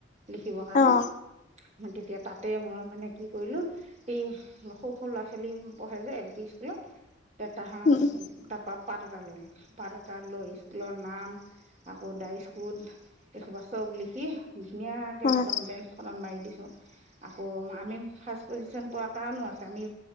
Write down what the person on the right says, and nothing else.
লিখিবৰ কাৰণে
তেতিয়া তাতে মই মানে কি কৰিলো এই সৰু-সৰু ল'ৰা ছোৱালী পঢ়াই যে এল পি স্কুলত। তেটা হা
তাত পা-পাত এটা ল'লোঁ পাত এটা লৈ স্কুলৰ নাম আকৌ ডাই স্কুল এইসোপা চব লিখি। ধুনীয়াকে
একদম বেঞ্চখনত মাৰি দি, আকৌ আমি ফাৰ্ষ্ট পোজিশন পোৱাৰ কাৰণো আছে আমি